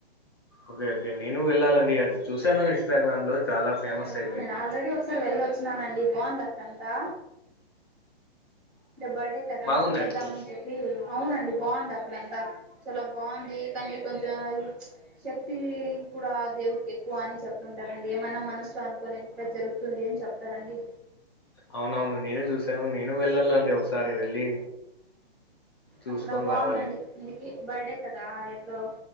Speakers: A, on the left; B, in the centre.
A: ఓకే ఓకే నేను వెళ్ళాలండి అది చూశాను ఇన్స్టాగ్రామ్ లో చాలా ఫేమస్
B: ఆ
A: అయిపోయింది
B: నేను ఆల్రెడీ ఒకసారి వెళ్ళొచినానండి బాగుంది అక్కడంతా అంటే బర్డే కదా
A: బాగుందండి
B: వెల్లోదామని
A: చూ
B: చెప్పీ అవునండి బాగుంది అక్కడంతా చాలా బాగుంది కానీ కొంచెం శక్తి కూడా దేవుడికి ఎక్కువ అని చెప్తుంటారండి ఏమన్నా మనం మనసులో అనుకునేది కుడా జరుగుతది అని చెప్తారండి
A: అవునవును నేను చూశాను నేను వెళ్ళాలండి ఒకసారి వెళ్ళి చూసుకొని
B: అక్కడ బాగుందండి
A: రావాలి
B: అందుకే బర్డే కదా ఎట్లో